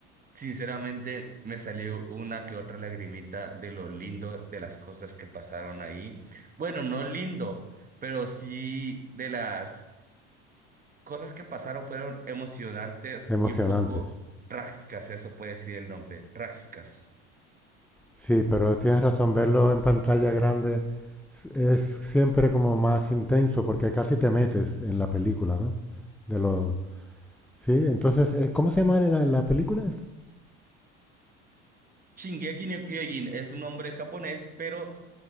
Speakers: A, on the right; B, in the centre.
A: Sinceramente, me salió una que otra lagrimita de lo lindo de las cosas que pasaron ahí. Bueno, no lindo, pero sí de las cosas que pasaron fueron emocionantes
B: Emocionantes.
A: y un poco trágicas, eso puede decir el nombre, trágicas.
B: Sí, pero tienes razón, verlo en pantalla grande s- es siempre como más intenso porque casi te metes en la película, ¿no? De lo... Sí, entonces, eh, ¿cómo se llama la, la película esta?
A: Shingeki no Kyojin es un nombre japonés, pero